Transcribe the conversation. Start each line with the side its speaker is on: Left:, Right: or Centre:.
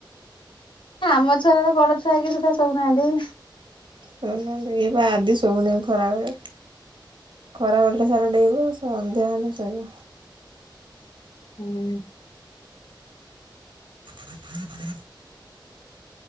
Left: ଆମ ଛୁଆ ତ ବଡ ଛୁଆ କି ସେଟା ଶଉନାହାନ୍ତି।
Right: ହୁଁ ଇଏ ବା ଆଦି ଶୋଉନି ଖରାବେଳେ। ଖରାବେେଳେେ ସାରା ଡେଇଁବ ସନ୍ଧ୍ୟା ହେଲେ ଶୋଇବ।
Left: ହୁଁ
Right: <unintelligible>